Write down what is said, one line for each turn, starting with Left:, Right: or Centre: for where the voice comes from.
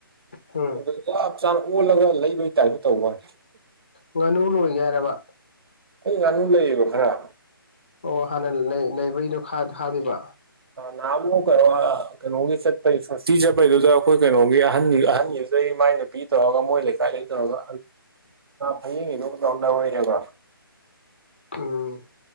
Left: ꯎꯝ
Right: ꯑꯗꯨ ꯆꯞ ꯆꯥꯅ ꯑꯣꯜꯂꯒ ꯂꯩꯕꯒꯤ ꯇꯥꯏꯞꯇ ꯇꯧꯕ ꯋꯥꯅꯦ
Left: ꯉꯥꯅꯨ ꯂꯣꯏꯒꯦ ꯍꯥꯏꯔꯕ
Right: ꯑꯩ ꯉꯥꯅꯨ ꯂꯩꯌꯦꯕ ꯈꯔ
Left: ꯑꯣ ꯍꯥꯟꯅ ꯂꯩ ꯂꯩꯕꯩꯗꯣ ꯈꯥ ꯈꯥꯈꯤꯕ
Right: ꯅꯍꯥꯥꯟꯃꯨꯛ ꯀꯩꯅꯣ ꯀꯩꯅꯣꯒꯤ ꯆꯠꯄꯩ ꯁꯋꯥꯁꯇꯤ ꯆꯠꯄꯩꯗꯨꯗ ꯑꯩꯈꯣꯏ ꯀꯩꯅꯣꯒꯤ ꯑꯍꯒꯤ ꯑꯍꯟꯒꯤꯗꯨꯗꯩ ꯃꯥꯏ ꯄꯤ ꯇꯧꯔꯒ ꯃꯣꯏ ꯂꯩꯀꯥꯏ ꯗꯩ ꯇꯧꯔꯒ ꯐꯩꯌꯦꯡꯒꯤꯗꯨ ꯇꯧꯔꯒ ꯂꯧꯔꯛꯑꯦꯕ
Left: ꯎꯝ